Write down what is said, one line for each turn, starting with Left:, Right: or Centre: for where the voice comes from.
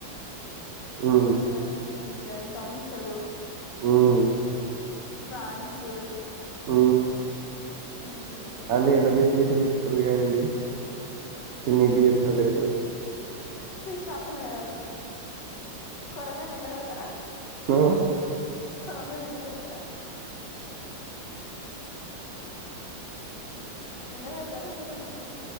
Right: ఉమ్
Left: ఆ ఇంకా కౌంషలు
Right: ఉమ్
Left: ఫ్రాన్స్
Right: అ
Left: మ్మ్
Right: అంటీ అంట పెీటి తరుగా అండి తినేటి చెప్పుతలెరు
Left: చపలే కొరమీను ఎండ్బడతారా
Right: ఆ
Left: కోరమేను ఎండ పెడతారా ఎన్న వయసారా గురమణి